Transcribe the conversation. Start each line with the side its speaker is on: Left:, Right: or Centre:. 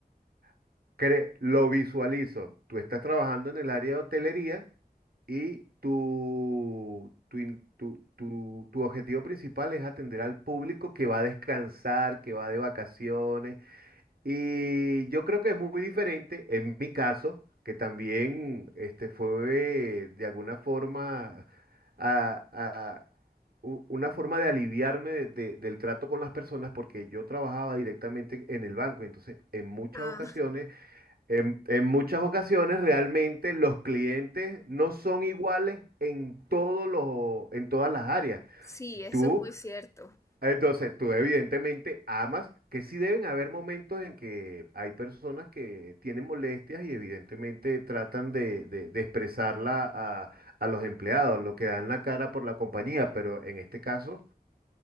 Right: <laughs> cre- lo visualizo. Tú estás trabajando en el área de hotelería y tu, tu, in- tu, tu, tu objetivo principal es atender al público que va a descansar, que va de vacaciones, y yo creo que es muy diferente en mi caso, que también este, fue de alguna forma a- a- u- una forma de aliviarme de- de- del trato con las personas, porque yo trabajaba directamente en el banco. y Entonces, en muchas
Left: Ah,
Right: ocasiones, en, en muchas ocasiones realmente los clientes no son iguales en todos los, en todas las áreas.
Left: sí, eso
Right: Tú
Left: es muy cierto.
Right: entonces, tú evidentemente amas, que sí deben haber momentos en que hay personas que tienen molestias y evidentemente tratan de, de- de expresarla a, a los empleados, lo que dan la cara por la compañía, pero en este caso